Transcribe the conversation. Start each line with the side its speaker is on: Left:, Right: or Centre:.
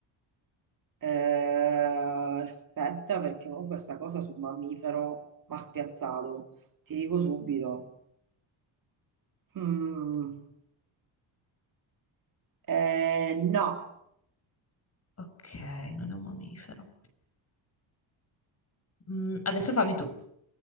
Right: Eh, aspetta, perché ho questa cosa sul mammifero mi ha spiazzato. Ti dico subito. Mm. Eh, no.
Left: Ok, non è un mammifero. Mm, adesso fammi tu,